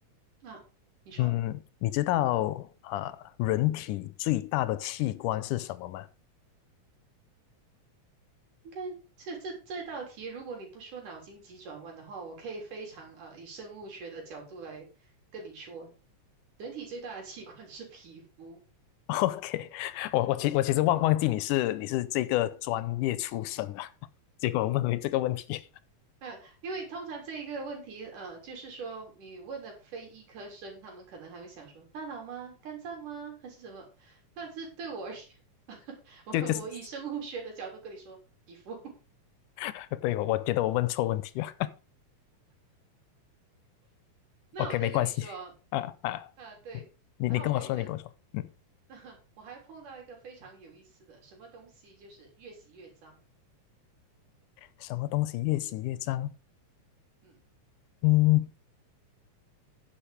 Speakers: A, on the right; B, on the left.
A: 那、你说
B: 嗯，你知道啊，呃人体最大的器官是什么吗？
A: 应该这这这道题，如果你不说脑筋急转弯的话，我可以非常呃以生物学的角度来跟你说，人体最大的器官是皮肤。
B: <laughs> OK，我我其我其实忘忘记你是你是这个专业出身的，<laughs> 结果我问回这个问题，
A: 嗯，因为通常这一个问题，呃，就是说你问的非医科生，他们可能还会想说大脑吗？肝脏吗？还是什么？但是对我而言，<laughs>
B: <laughs>
A: 我我以生物学的角度跟你说皮肤，
B: 就就是
A: <laughs>
B: <laughs> 对我我觉得我问错问题了。
A: 那我再跟你说，
B: OK，没关系，<laughs> 啊啊，
A: 啊，对，
B: 你你跟我说，
A: 然后我跟你讲，
B: 你跟我说，嗯，
A: <laughs> 那我还碰到一个非常有意思的什么东西，就是越洗越脏。
B: 什么东西越洗越脏？
A: 嗯
B: 嗯，